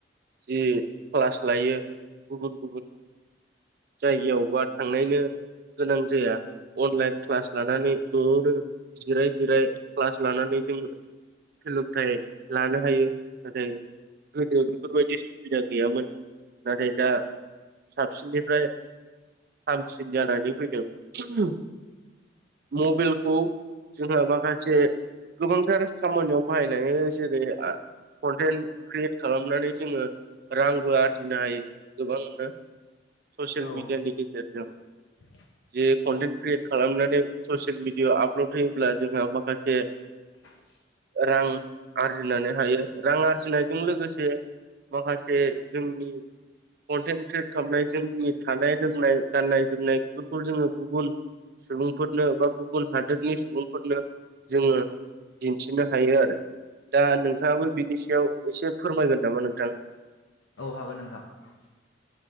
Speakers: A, on the right; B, on the left.
A: जि क्लास लायो गुबुन गुबुन जायगायाव बा थांनायनो गोनां जाया अनलाइन क्लास लानानै न'आवनो जिराय जिराय क्लास लानानै जोंङो सोलोंथायाइ लानो हायो नाथाय गोदो बेफोरबायदि सुबिदा गैयामोन नाथाय दा साबसिननिफ्राय हामसिन जानानै फैदों मबाइलखौ जोंहा माखासे गोबांथार खामानियाव बाहायनाय जेरै कन्टेन्ट क्रियेट खालामनानै जोङो रांबो आरजिनो हायो गोबांनो ससियेल
B: औ
A: मिडिया नि गेजेर जों
B: <inaudible>
A: जे कन्टेन्ट क्रियेट खालामनानै ससियेल मिडियाआव आपलड होयोब्ला जोंहा माखासे
B: <inaudible>
A: रां आरजिनानै हायो रां आरजिनायजों लोगोसे माखासे जोंनि कन्टेन्ट क्रियेट खालामनाय जोंनि थानाय लोंनाय गाननाय जोमनाय बेफोरखौ जोङो गुबुन सुबुंफोरनो बा गुबुन हादोरनि सुबुंफोरनो जोङो दिन्थिनो हायो आरो दा नोंथाङाबो बिनि सायाव एसे फोरमायगोन नामा नोंथां
B: औ हागोन नोंथां।